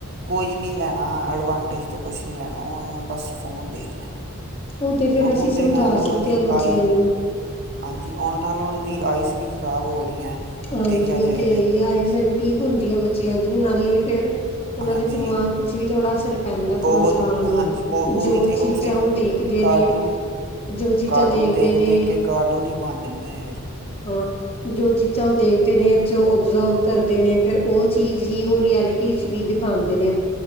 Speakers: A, on the right; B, on the left.
A: ਕੁੱਝ ਨਹੀਂ ਲੈਣਾ, ਐਡਵਾਂਟੇਜ ਤੋਂ ਕੁਛ ਨਹੀਂ ਲੈਣਾ, ਉਹਨੂੰ ਨਾ ਬਸ ਫੋਨ ਦੇਖਣਾ।
B: ਉਹ ਤੇ ਫੇਰ
A: ਹੁਣ
B: ਅਸੀਂ
A: ਉਹਦੇ
B: ਸਮਝਾ
A: ਨਾਲ
B: ਸਕਦੇ
A: ਉਹਨਾਂ ਦੀ
B: ਹਾਂ ਬੱਚਿਆਂ
A: ਆਈ ਵੀ
B: ਨੂੰ।
A: ਹਾਂਜੀ, ਉਹਨਾਂ ਨਾਲ ਉਹਨਾਂ ਦੀ ਆਈਸ ਵੀ ਖ਼ਰਾਬ ਹੋ ਰਹੀਆਂ।
B: ਹਾਂਜੀ
A: ਦੇਖਿਆ ਜਾਏ
B: ਉਹ ਤੇ
A: ਤਾਂ
B: ਆ ਹੀ ਹੈ, ਆਈਸਡ ਵੀਕ ਹੁੰਦੀ ਹੈ ਬੱਚਿਆਂ ਦੀ, ਨਾਲੇ ਫੇਰ ਉਹਨਾਂ
A: ਹਾਂਜੀ
B: ਦੇ ਦਿਮਾਗ ਕੁਛ ਵੀ ਥੋੜਾ ਸਿਰ ਪੈਂਦਾ
A: ਬਹੁਤ
B: ਫੋਨ ਚਲਾਉਣ
A: ਹਾਂਜੀ
B: ਨਾਲ,
A: ਬਹੁਤ ਉਹੀ
B: ਜੋ
A: ਤਾਂ
B: ਚੀਜ਼ਾਂ
A: ਫਿਰ
B: ਉਹ ਦੇਖਦੇ
A: ਕਾਰਟੂਨ
B: ਨੇ ਜੋ ਚੀਜ਼ਾਂ
A: ਕਾਰਟੂਨ
B: ਦੇਖਦੇ
A: ਦੇਖ-
B: ਨੇ
A: ਦੇਖ ਕੇ ਕਾਰਟੂਨ ਹੀ ਬਣ ਜਿਦੇ ਨੇ ਫਿਰ।
B: ਹੋਰ, ਜੋ ਚੀਜ਼ ਜਾਂ ਉਹ ਦੇਖਦੇ ਨੇ, ਜੋ ਓਬਜ਼ਰਵ ਕਰਦੇ ਨੇ, ਫਿਰ ਉਹ ਚੀਜ਼ ਹੀ ਉਹ ਰਐਲਿਟੀ ਚ' ਵੀ ਦਿਖਾਉਂਦੇ ਨੇ।